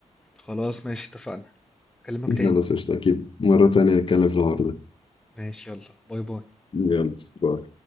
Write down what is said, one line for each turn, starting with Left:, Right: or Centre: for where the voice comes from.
Centre: خلاص ماشي اتفقنا اكلمك تاني
Left: خلاص قشطة اكيد مره تانية نتكلم في الحوار ده
Centre: ماشي يلا باي باي
Left: يلا باي